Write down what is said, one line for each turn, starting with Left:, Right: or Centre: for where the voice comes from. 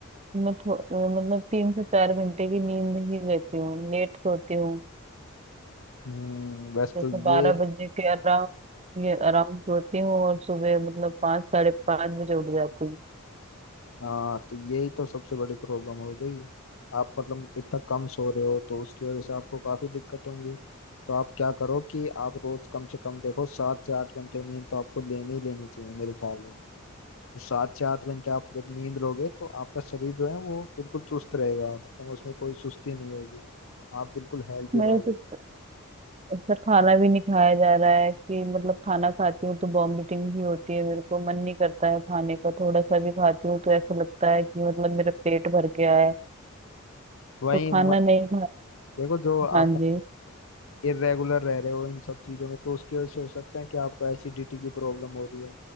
Right: मैं थो- अ, मतलब तीन से चार घंटे की नींद ही लेती हूँ लेट सोती हूँ
Left: हम्म, वैसे
Right: जैसे
Left: तो
Right: बारह
Left: ये
Right: बजे के अराउंड ये अराउंड सोती हूँ और सुबह मतलब पाँच साढ़े पाँच बजे उठ जाती हूँ
Left: हाँ तो यही तो सबसे बड़ी प्रॉब्लम हो गई आप मतलब इतना कम सो रहे हो तो उसकी वजह से आपको काफी दिक्कत होंगी तो आप क्या करो कि आप रोज कम से कम देखो सात से आठ घंटे नींद तो आपको लेनी ही लेनी चाहिए मेरे ख्याल में तो सात से आठ घंटे आप जब नींद लोगे तो आपका शरीर जो है वो बिल्कुल चुस्त रहेगा मतलब उसमें कोई सुस्ती नहीं होगी आप बिल्कुल हेल्थी
Right: मेरे
Left: रहोगे
Right: तो स- सर खाना भी नहीं खाया जा रहा है कि मतलब खाना खाती हूँ तो वॉमिटिंग भी होती है मेरे को मन नहीं करता है खाने का थोड़ा सा भी खाती हूँ तो ऐसा लगता है कि मतलब मेरा पेट भर गया है
Left: वहीं
Right: तो खाना
Left: मतलब
Right: नहीं खा
Left: देखो जो आप
Right: हाँ जी
Left: इरेगुलर रह रहे हो इन सब चीजों में तो उसकी वजह से हो सकता है कि आपको एसिडिटी की प्रॉब्लम हो रही है